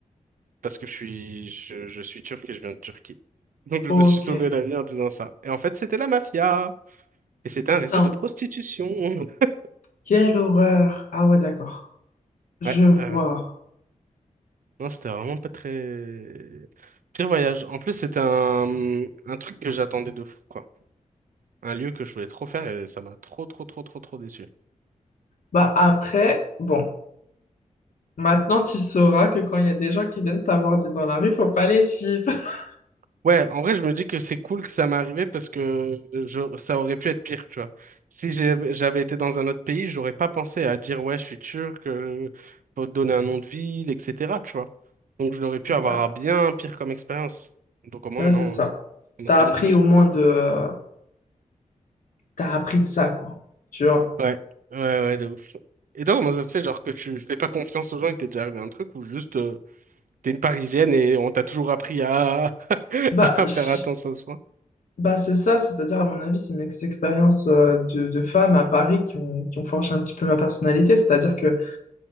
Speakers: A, on the right (about 85°); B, on the left (about 75°).
A: Parce que je suis, je, je suis turc et je viens de Turquie. Donc, je
B: Ok.
A: me suis sauvé la vie en disant ça. Et en fait, c'était la mafia. Et c'était un réseau
B: Simple.
A: de prostitution. <laughs>
B: Quelle horreur. Ah ouais, d'accord. Je
A: Ouais.
B: vois.
A: euh, Non, c'était vraiment pas très... Pire voyage. En plus, c'était un, un truc que j'attendais de fou, quoi. Un lieu que je voulais trop faire et ça m'a trop, trop, trop, trop, trop déçu.
B: Bah après, bon. Maintenant, tu sauras que quand il y a des gens qui viennent t'aborder dans la rue, faut pas les suivre. <laughs>
A: Ouais, en vrai, je me dis que c'est cool que ça m'est arrivé parce que je, ça aurait pu être pire, tu vois. Si j'ai- j'avais été dans un autre pays, j'aurais pas pensé à dire, ouais, je suis turc, euh, faut te donner un nom de ville, etc., tu vois. Donc, j'aurais pu
B: Bah,
A: avoir un bien pire comme expérience. Donc, au moins,
B: bah
A: maintenant,
B: c'est ça.
A: ça m'a
B: T'as
A: servi
B: appris
A: de leçon.
B: au moins de... T'as appris de ça, quoi. Tu vois.
A: Ouais, ouais, ouais, de ouf. Et donc, comment ça se fait, genre, que tu fais pas confiance aux gens et que t'es déjà arrivé à un truc ou juste euh, t'es une Parisienne et on t'a toujours appris à... <laughs>
B: Bah,
A: à
B: je-
A: faire attention à soi?
B: bah c'est ça. C'est-à-dire, à mon avis, c'est mes expériences euh, de, de femmes à Paris qui ont, qui ont forgé un petit peu ma personnalité. C'est-à-dire que